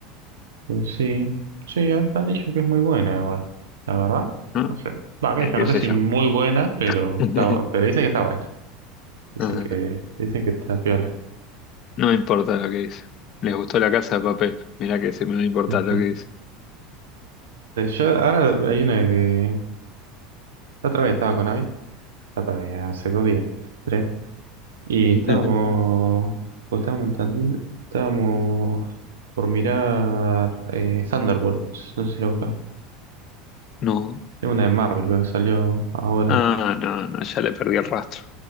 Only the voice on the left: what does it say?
¿no?
Eh,
qué
sé
yo.
<laughs>
Ah,
No,
No me importa lo que dice. Les gustó la casa de papel. Mirá que se me no importa
lo que dice.
<laughs>
No.
Ah, no, no, ya le perdí el rastro.